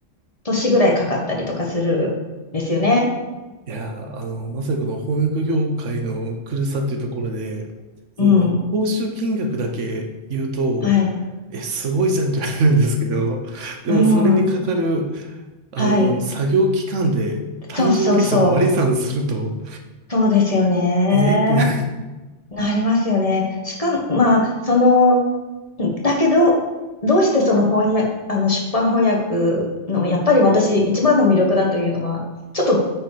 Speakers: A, on the left (about 30°); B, on the right (about 90°).
A: 年ぐらいかかったりとかするんですよね。
B: いや、あの、まさにこの翻訳業界の苦しさっていうところで、その、
A: うん。
B: 報酬金額だけ言うと、
A: はい。
B: え、すごいじゃんって言われるんですけど、でもそれにかかる、
A: うん。
B: あの、
A: はい。
B: 作業期間で単純計算を割り算すると、
A: そうそうそう。そうですよね。
B: えーってな、
A: なりますよね。しかも、まあ、その、だけど、どうしてその翻訳、あの出版翻訳の、やっぱり私一番の魅力だというのは、ちょっと